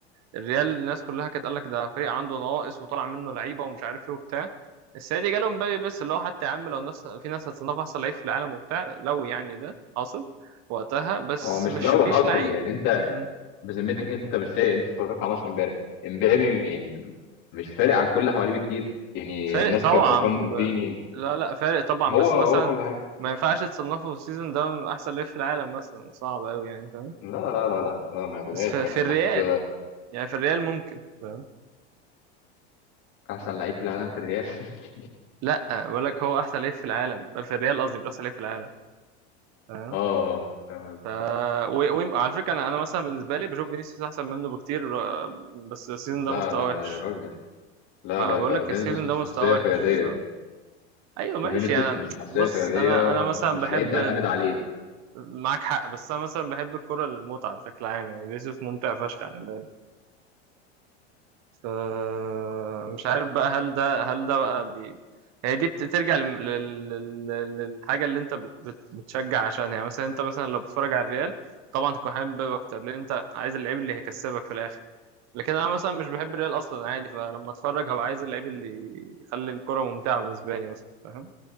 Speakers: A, on the right; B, on the left.
A: الريال الناس كلها كانت قال لك ده فريق عنده نواقص وطلع منه لعيبه ومش عارف ايه وبتاع السنه دي جاله مبابي بس اللي هو حتى يا عم لو الناس في ناس هتصنف احسن لعيب في العالم وبتاع لو يعني ده حاصل وقتها بس
B: هو مش
A: مش
B: لو
A: فيش
B: حاصل
A: لعيب
B: يعني انت
A: مم.
B: بذمتك انت مش سايق انت اتفرجت على ماتش امبارح امبابي
A: مم.
B: يعني مش فارق عن كل اللي حواليه بكتير يعني
A: فارق
B: الناس
A: طبعا
B: كانت بوكانو
A: ب...
B: فيني
A: لا لا فارق طبعا
B: هو
A: بس
B: هو
A: مثلا
B: كل حاجه
A: ما ينفعش تصنفه في السيزون ده من احسن لعيب في العالم مثلا صعب قوي يعني فاهم
B: لا لا لا لا لا ما ياخدهاش
A: بس في,
B: فعلا
A: في الريال
B: بس
A: يعني في الريال ممكن فاهم
B: احسن لعيب في العالم في الريال <laughs>
A: لا بقول لك هو احسن لعيب في العالم في الريال قصدي مش احسن لعيب في العالم فاهم؟
B: اه آه، فاهم قصدي؟
A: ف... و... و... على فكره انا انا مثلا بالنسبه لي بشوف فينيسيوس احسن منه بكتير آه، بس السيزون
B: لا
A: ده مستواه
B: لا
A: وحش
B: لا يا راجل لا
A: ما
B: لا
A: بقول
B: لا
A: لك
B: فينيسيوس
A: السيزون
B: مش
A: ده
B: شخصيه
A: مستواه وحش
B: قياديه
A: صراحه ايوه ماشي
B: فينيسيوس
A: انا
B: مش شخصية
A: بص
B: قيادية
A: انا انا مثلا
B: مش مش
A: بحب
B: لعيب تعتمد عليه
A: معاك حق بس انا مثلا بحب الكره المتعه بشكل عام يعني فينيسيوس ممتع فشخ يعني فمش عارف بقى هل ده هل ده بقى بي... هي دي بترجع لل... لل... لل- للحاجة اللي انت بت... بت... بتشجع عشانها يعني مثلا انت مثلا لو بتتفرج على الريال طبعا تكون حابب بيب اكتر لان انت عايز اللعيب اللي هيكسبك في الاخر لكن انا مثلا مش بحب الريال اصلا عادي فلما اتفرج هبقى عايز اللعيب اللي يخلي الكرة ممتعة بالنسبة لي مثلا فاهم